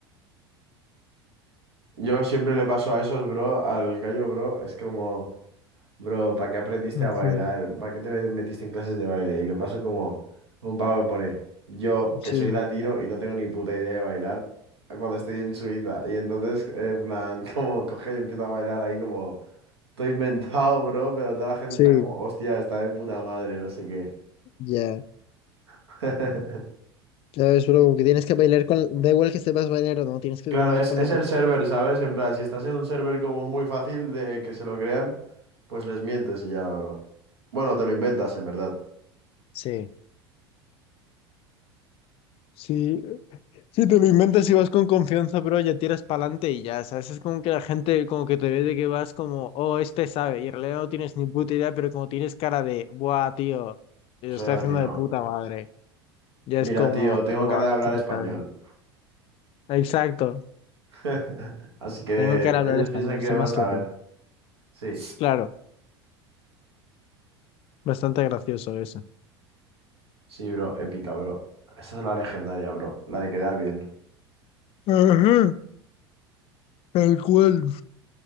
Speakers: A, on the right (about 75°); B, on the left (about 45°).
A: Yo siempre le paso a esos, bro, al gallo, bro. Es como, bro, ¿para qué aprendiste
B: ujú.
A: a bailar? ¿Para qué te metiste en clases de baile? Y le paso como un pavo que pone, yo, que
B: Sí,
A: soy latino y no tengo ni puta idea de bailar, cuando estoy en Suiza. Y entonces, en plan, <laughs> como coge y empieza a bailar ahí como, todo inventado, bro, pero toda la gente
B: sí,
A: está como, hostia, está de puta madre, no sé qué.
B: ya.
A: <laughs>
B: Ya ves, bro, que tienes que bailar con... Da igual que sepas bailar o no, tienes que
A: Claro,
B: comer
A: es,
B: con
A: es
B: la... con-
A: el server, ¿sabes? En plan, si estás en un server como muy fácil de que se lo crean, pues les mientes y ya, bro. Bueno, te lo inventas, en verdad.
B: Sí. Sí, si te lo inventas y vas con confianza, pero ya tiras para adelante y ya, ¿sabes? Es como que la gente como que te ve de que vas como, oh, este sabe, y en realidad no tienes ni puta idea, pero como tienes cara de, buah, tío, lo
A: Soy
B: estoy
A: latino.
B: haciendo de puta madre, ya
A: Mira,
B: es como,
A: tío, tengo
B: buah,
A: cara de hablar
B: sí que
A: español.
B: sabe. Exacto,
A: <laughs> Así que
B: tengo que hablar
A: ellos
B: español,
A: piensan que
B: sé
A: debo
B: más
A: saber.
B: que tú.
A: Sí,
B: Claro, bastante gracioso eso.
A: sí, bro, épica, bro. Esa es la legendaria, bro. La de quedar bien.
B: Ajá, tal cual.